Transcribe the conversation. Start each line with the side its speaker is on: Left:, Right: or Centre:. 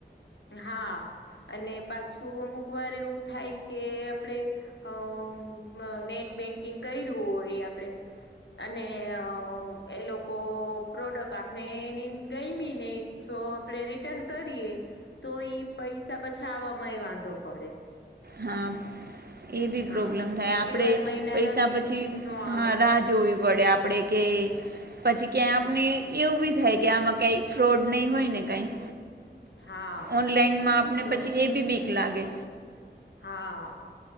Left: હા. અને પાછું અમુક વાર એવું થાય કે આપણે અમ્મ નેટ બેન્કિંગ કયરું હોય ઈ આપણે અને એ લોકો પ્રોડક્ટ આપણે એની ગઈમી નહીં. જો આપણે રિટર્ન કરીએ તો ઈ પૈસા પછી આવા માંય વાંધો પડે સે
Right: હા એ બી
Left: હા
Right: પ્રોબ્લેમ થાય
Left: કેટલી
Right: આપણે
Left: વાર મહિના
Right: પૈસા
Left: લગી
Right: પછી
Left: ન આવે
Right: હા રાહ જોવી પડે આપણેે કે પછી ક્યાંય આપને એવું બી થાય કે આમાં કાંઈ ફ્રોડ નહીં હોય ને કાંઈ.
Left: હા
Right: ઓનલાઈનમાં આપને
Left: તો
Right: પછી એ બી બીક લાગે.
Left: હા